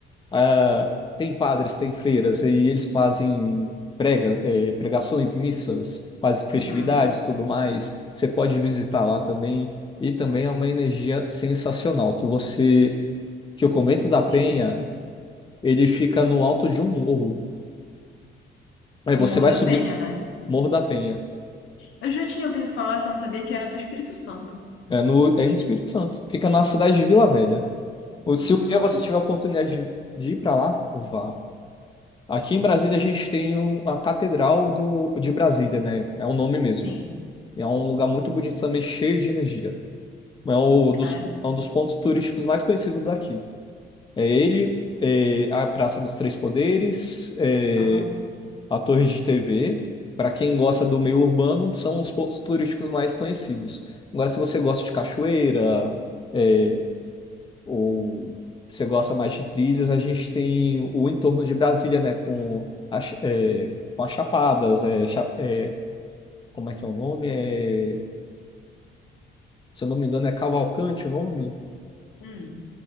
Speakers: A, on the left (about 25°); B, on the left (about 75°).
A: a- tem padres, tem freiras, e eles fazem prega, é, pregações, missas, fazem festividades,
B: Uhum.
A: tudo mais. Você pode visitar lá também. E também é uma energia sensacional, que você, que o Convento
B: Sim.
A: da Penha, ele fica no alto de um morro. Aí
B: O
A: você
B: Morro
A: vai
B: da
A: subir
B: Penha, né?
A: Morro da Penha.
B: Eu já tinha ouvido falar, só não sabia que era no Espírito Santo.
A: É no, é no Espírito Santo. Fica na cidade de Vila Velha. Ou
B: Hum,
A: Se um dia você tiver a oportunidade de, de ir para lá, vá. Aqui em Brasília a gente tem o- a Catedral do, de Brasília, né? É o nome mesmo.
B: sim.
A: E é um lugar muito bonito também, cheio de energia. É um
B: Caramba.
A: dos, é um dos pontos turísticos mais conhecidos daqui. É ele, é a Praça dos Três Poderes, é
B: Aham.
A: a Torre de TV. Para quem gosta do meio urbano, são os pontos turísticos mais conhecidos. Agora, se você gosta de cachoeira, é, ou você gosta mais de trilhas, a gente tem o entorno de Brasília, né? Com as, é, com as chapadas, é, cha- é, como é que é o nome? É, se eu não me engano, é Cavalcante o nome?
B: Hum,